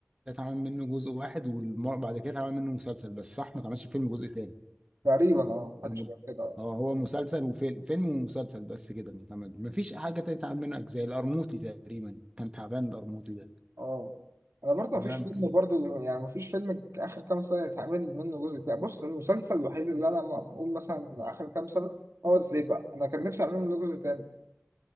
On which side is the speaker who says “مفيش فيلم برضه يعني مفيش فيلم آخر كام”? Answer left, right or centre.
Right